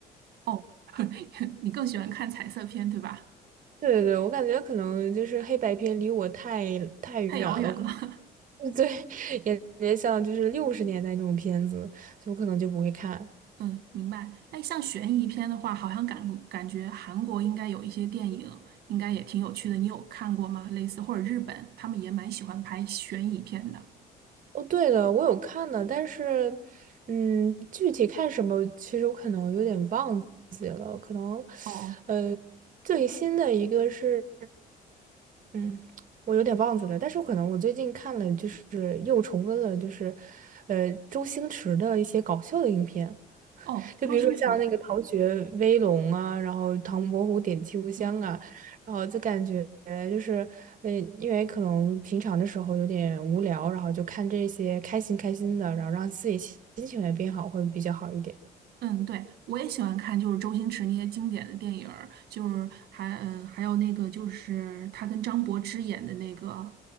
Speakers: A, on the right; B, on the right.
A: 哦，<laughs> 你更喜欢看彩色片，对吧？
B: 对对对，我感觉可能就是黑白片离我太太远了，
A: 太遥远了。<laughs>
B: <laughs> 对，也也像就是六十年代那种片子，所以我可能就不会看。
A: 嗯，明白。哎，像悬疑片的话，好像感感觉韩国应该有一些电影，应该也挺有趣的。你有看过吗？类似或者日本，他们也蛮喜欢拍悬疑片的。
B: 哦，对了，我有看的，但是，嗯，具体看什么，其实我可能有点忘记可能，
A: 哦
B: 呃，最新的一个是，嗯，我有点忘记了，但是我可能我最近看了，就是又重温了，就是，呃，周星驰的一些搞笑的影片。
A: 哦，
B: 就比如说像那个《逃学威龙》啊，
A: 周星驰。
B: 然后《唐伯虎点秋香》啊，
A: 对，
B: 然后就感觉就是，嗯，因为可能平常的时候有点无聊，然后就看这些开心开心的，然后让自己心心情也变好，会比较好一点。
A: 嗯，对，我也喜欢看，就是周星驰那些经典的电影儿，就是还嗯，还有那个就是他跟张柏芝演的那个